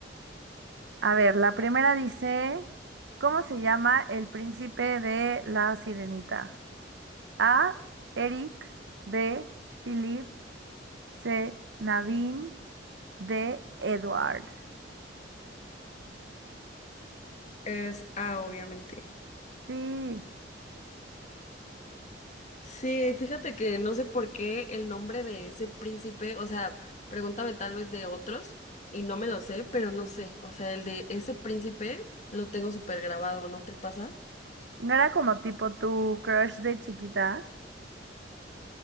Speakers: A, on the right; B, on the left.
A: A ver, la primera dice, ¿cómo se llama el príncipe de la sirenita? A, Eric, B, Philip, C, Naveen, D, Edward.
B: Es A, obviamente.
A: Sí,
B: Sí, fíjate que no sé por qué el nombre de ese príncipe, o sea, pregúntame tal vez de otros y no me lo sé, pero no sé, o sea, el de ese príncipe lo tengo súper grabado, ¿no te pasa?
A: no era como tipo tu crush de chiquita,